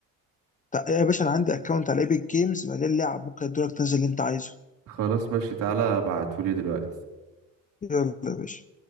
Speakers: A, on the left; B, on the right.
A: طيب يا باشا انا عندي اكونت على ايبك جيمز مليان لعب ممكن ادولك تنزل اللي انت عايزه
B: خلاص ماشي تعالى ابعتهولي دلوقتي
A: يلا يا باشا